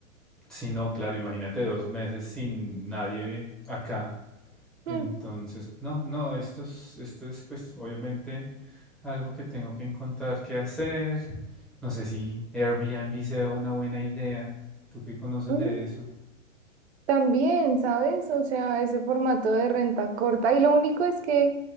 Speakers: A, in the centre; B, on the right (about 55°).
A: Si no, claro, imagínate dos meses sin nadie acá.
B: Mm.
A: Entonces, no, no, esto es, esto es pues obviamente algo que tengo que encontrar qué hacer. No sé si Airbnb sea una buena idea. ¿Tú qué conoces
B: Mm,
A: de eso?
B: También, ¿sabes? O sea, ese formato de renta corta. Y lo único es que